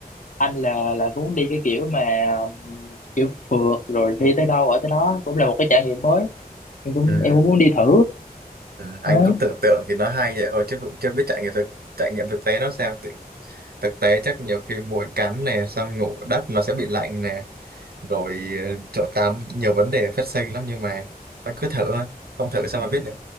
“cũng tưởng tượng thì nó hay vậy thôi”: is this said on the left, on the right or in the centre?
Right